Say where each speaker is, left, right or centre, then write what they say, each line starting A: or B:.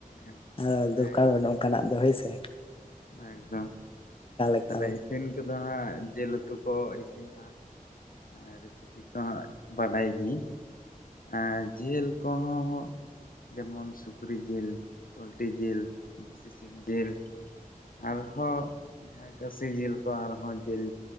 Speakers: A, on the left; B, on the left.
A: ᱮᱠᱫᱚᱢ
B: ᱟᱨ ᱫᱚᱨᱠᱟᱨ
A: ᱮᱠᱫᱚᱢ
B: ᱵᱟᱹᱱᱩᱜᱼᱟ ᱚᱱᱠᱟᱱᱟᱜ ᱫᱚ ᱦᱳᱭ ᱥᱮ ᱾
A: ᱮᱠᱫᱚᱢ
B: ᱮᱠᱟᱞ
A: ᱛᱟᱦᱞᱮ ᱤᱥᱤᱱ ᱠᱚᱫᱚ ᱦᱟᱸᱜ ᱡᱤᱞ ᱩᱛᱩ ᱠᱚ ᱤᱥᱤᱱ ᱦᱟᱸᱜ ᱨᱮᱥᱤᱯᱤ ᱠᱚᱦᱚᱸ ᱵᱟᱰᱟᱭ ᱜᱮᱭᱤᱱ ᱟᱨ ᱡᱤᱞ ᱠᱚᱦᱚᱸ ᱡᱮᱢᱚᱱ ᱥᱩᱠᱨᱤ ᱡᱤᱞ, ᱯᱳᱞᱴᱤ ᱡᱤᱞ, ᱫᱮᱥᱤ ᱥᱤᱢ ᱡᱤᱞ ᱟᱨᱦᱚᱸ ᱡᱟᱦᱟᱸ ᱠᱷᱟᱥᱤ ᱡᱤᱞ ᱠᱚ ᱟᱨᱦᱚᱸ ᱡᱤᱞ